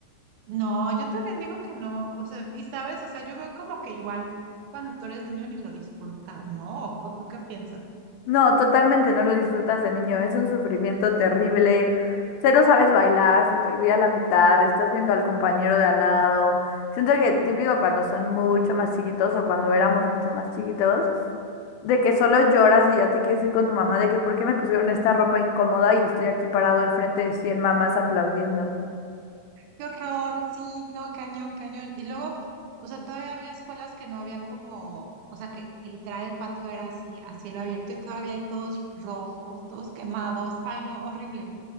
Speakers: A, on the right (about 80°); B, on the left (about 80°).
A: No, yo también digo que no, o sea, y sabes, o sea, yo veo como que igual cuando tú eres niño ni lo disfrutas, ¿no? ¿O, o tú qué piensas?
B: No, totalmente no lo disfrutas de niño, es un sufrimiento terrible, cero sabes bailar, se te olvida la mitad, estás viendo al compañero de al lado. Siento que típico cuando son mucho más chiquitos o cuando éramos mucho más chiquitos, de que solo lloras y ya te quieres ir con tu mamá de que por qué me pusieron esta ropa incómoda y estoy aquí parado enfrente de cien mamás aplaudiendo.
A: Qué horror, sí, no, cañón, cañón. Y luego, o sea, todavía había escuelas que no había como, o sea, que, que literal el patio era así, a cielo abierto y todavía hay todos rojos, todos quemados. Ay, no, horrible.